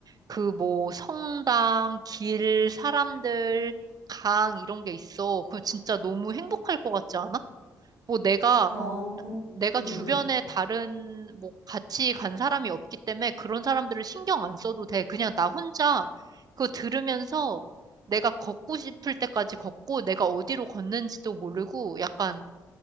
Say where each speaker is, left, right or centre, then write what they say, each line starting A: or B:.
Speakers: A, on the right (about 45°); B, on the right (about 85°).
A: 그 뭐 성당, 길, 사람들, 강 이런 게 있어. 그거 진짜 너무 행복할 것 같지 않아? 뭐 내가
B: 어, 응,
A: 내가
B: 응.
A: 주변에 다른 뭐 같이 간 사람이 없기 때문에 그런 사람들을 신경 안 써도 돼. 그냥 나 혼자 그거 들으면서 내가 걷고 싶을 때까지 걷고 내가 어디로 걷는지도 모르고 약간